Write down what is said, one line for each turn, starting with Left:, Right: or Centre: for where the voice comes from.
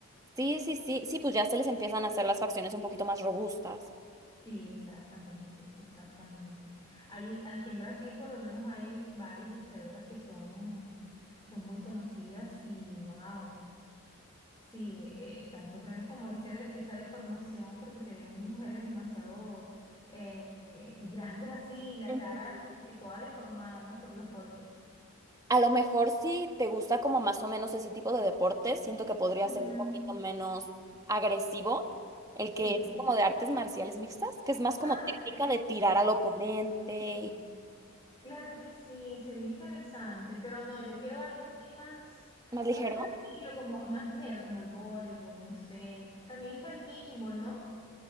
Right: sí, sí, sí, sí, pues ya se les empiezan a hacer las facciones un poquito más robustas.
Left: Sí, exactamente, exactamente. Ahí, aquí en Brasil por lo menos hay varias boxeadoras que son, son muy conocidas y wow. Sí, eh, están sufriendo como ese de- esa deformación porque se ven mujeres demasiado eh, eh, grandes así y la
Right: Ujú.
Left: cara como que toda deformada, ¿no? Por los golpes.
Right: A lo mejor si te gusta como más o menos ese tipo de deportes, siento que podría
Left: Ujú.
Right: ser un poquito menos agresivo, el
Left: Sí.
Right: que es como de artes marciales mixtas, que es más como
Left: Ah,
Right: técnica
Left: te-
Right: de tirar al oponente y
Left: No, Claro que sí, sería interesante, pero no, yo quiero algo así más,
Right: más ligero.
Left: más tranquilo, como más ligero, como el voleibol, no sé. También está el kicking ball, ¿no?